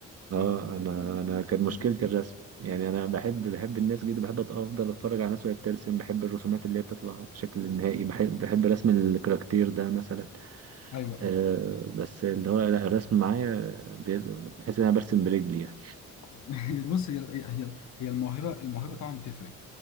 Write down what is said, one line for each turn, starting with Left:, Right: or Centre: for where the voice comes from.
Right: اه
Left: فاهم
Right: انا انا كانت مشكلتي
Left: مم.
Right: الرسم يعني انا بحب بحب الناس جدا بحب أت- افضل اتفرج على ناس وهي بترسم بحب الرسومات اللي هي بتطلع بشكل نهائي بحب بحب رسم الكاركتير ده مثلا
Left: ايوه ايوه
Right: آه بس اللي هو لا الرسم معايا بيز- بحس ان انا برسم برجلي يعني
Left: <laughs> بص هي هي هي الموهبه الموهبه طبعا بتفرق